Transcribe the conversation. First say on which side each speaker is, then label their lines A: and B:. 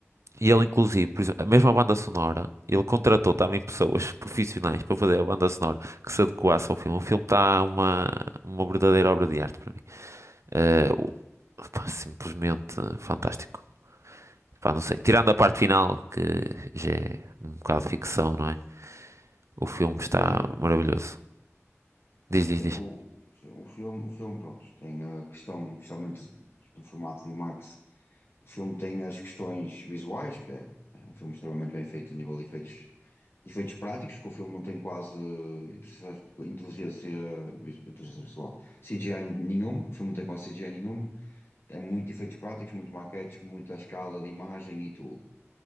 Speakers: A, on the right (about 70°); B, on the left (about 50°).
A: E ele, inclusive, por exemplo, a mesma banda sonora, ele contratou também pessoas profissionais para fazer a banda sonora que se adequasse ao filme. O filme está uma, uma verdadeira obra de arte para mim. Eh, o- pá, simplesmente fantástico. Pá, não sei. Tirando a parte final, que já é um bocado de ficção, não é? O filme está
B: Sim,
A: maravilhoso. Diz, diz,
B: sim,
A: diz.
B: o, sim, o filme, o filme, pronto, tem a questão, especialmente em formato IMAX, o filme tem as questões visuais, que é, é um filme extremamente bem feito a nível de efeitos, de efeitos práticos, que o filme não tem quase inteligência, inteligência vis- inteligência visual, CGI nenhuma, o filme não tem quase CGI nenhuma, tem muito efeitos práticos, muito maquetes, muita escala de imagem e tudo.